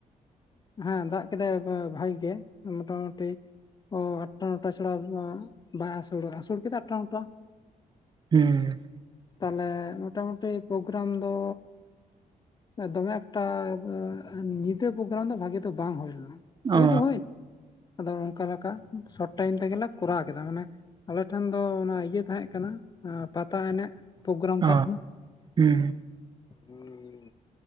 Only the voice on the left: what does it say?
ᱦᱮᱸ ᱫᱟᱜ ᱠᱮᱫᱟᱭ ᱵᱟ - ᱵᱷᱟᱜᱤ ᱜᱮ ᱢᱚᱴᱟ ᱢᱩᱴᱤ ᱚ ᱟᱴᱴᱟ ᱱᱚᱴᱟ ᱪᱷᱟᱲᱟ ᱵᱟᱭ ᱟᱥᱩᱲᱟ ᱟᱥᱩᱲ ᱠᱮᱫᱟᱭ ᱟᱴᱴᱟ ᱱᱚᱴᱟ
ᱛᱟᱦᱞᱮ ᱢᱳᱴᱟᱢᱩᱴᱤ ᱯᱨᱳᱜᱨᱟᱢ ᱫᱚ ᱫᱚᱢᱮ ᱮᱠᱴᱟ ᱮ ᱧᱤᱫᱟᱹ ᱯᱨᱳᱜᱨᱟᱢ ᱫᱚ ᱵᱷᱟᱜᱤ ᱫᱚ ᱵᱟᱝ ᱦᱩᱭ ᱞᱮᱱᱟ ᱦᱳᱭ
ᱫᱚ ᱦᱳᱭ ᱟᱫᱚ ᱚᱱᱠᱟ ᱞᱮᱠᱟ ᱥᱚᱴ ᱴᱟᱭᱤᱢ ᱛᱮᱜᱮᱞᱮ ᱠᱚᱨᱟᱣ ᱠᱮᱫᱟ ᱢᱟᱱᱮ ᱟᱞᱮ ᱴᱷᱮᱱ ᱫᱚ ᱚᱱᱟ ᱤᱭᱟᱹ ᱛᱟᱦᱮᱸ ᱠᱟᱱᱟ ᱯᱟᱛᱟ ᱮᱱᱮᱡ ᱯᱨᱳᱜᱨᱟᱢ ᱛᱟᱦᱮᱸ
ᱠᱟᱱᱟ ᱾
<inaudible>